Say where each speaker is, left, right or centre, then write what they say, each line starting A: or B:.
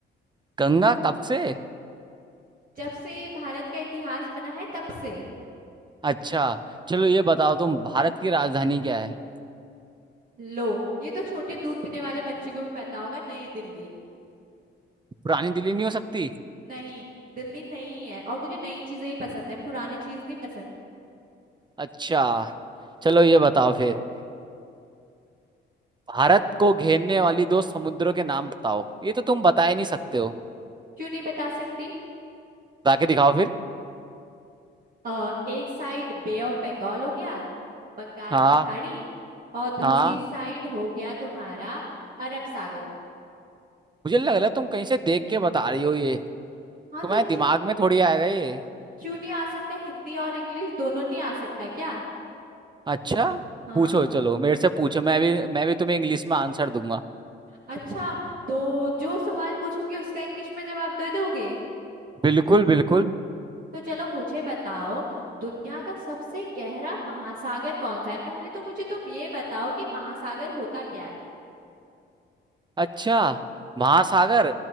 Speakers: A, on the right (about 20°); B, on the right (about 45°).
A: गंगा कब से
B: जब से भारत का इतिहास बना है तब से
A: अच्छा चलो ये बताओ तुम भारत की राजधानी क्या है
B: लो ये तो छोटे दूध पीने वाले बच्चे को भी पता होगा नई दिल्ली
A: पुरानी दिल्ली नहीं हो सकती
B: नहीं दिल्ली नहीं है और मुझे नई चीजें ही पसंद है पुराने चीज नहीं पसंद
A: अच्छा चलो ये बताओ फिर भारत को घेरने वाली दो समुद्रों के नाम बताओ ये तो तुम बता ही नहीं सकते हो
B: क्यों नहीं बता सकती
A: बता के दिखाओ फिर
B: अ, एक साइड बे ऑफ बंगाल हो गया बंगाल
A: हाँ
B: की खाड़ी और दूसरी
A: हाँ
B: साइड हो गया तुम्हारा अरब सागर
A: मुझे लग रहा है तुम कहीं से देख के बता रही हो ये
B: हाँ
A: तुम्हारे
B: तो
A: दिमाग
B: ज-
A: में थोड़ी आएगा ये
B: क्यों नहीं आ सकता हिंदी और इंग्लिश दोनों नहीं आ सकता क्या
A: अच्छा
B: हाँ
A: पूछो चलो मेरे से पूछो मैं भी मैं भी तुम्हें इंग्लिश में आंसर दूंगा
B: अच्छा तो जो सवाल पूछूंगी उसका इंग्लिश में जवाब दे दोगे
A: बिल्कुल बिल्कुल
B: तो चलो मुझे बताओ दुनिया का सबसे गहरा महासागर कौन सा है पहले तो मुझे तुम ये बताओ कि महासागर होता क्या है
A: अच्छा महासागर